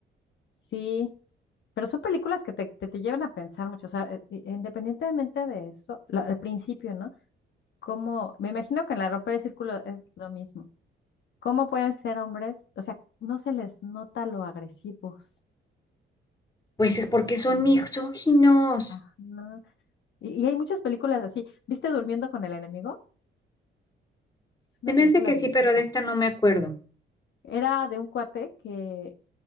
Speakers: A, on the left (about 65°); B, on the left (about 20°).
A: Sí, Pero son películas que te, te, te llevan a pensar mucho, o sea, eh, i- independientemente de eso, lo- al principio, ¿no? Como, me imagino que en la romper el círculo es lo mismo. ¿Cómo pueden ser hombres? O sea, no se les nota lo agresivos.
B: Pues es porque
A: O sea,
B: son misóginos.
A: mm, ajá. Y, y hay muchas películas así. ¿Viste Durmiendo con el enemigo? Es una
B: Se me
A: película
B: hace que
A: viejita.
B: sí, pero de esta no me acuerdo.
A: Era de un cuate que,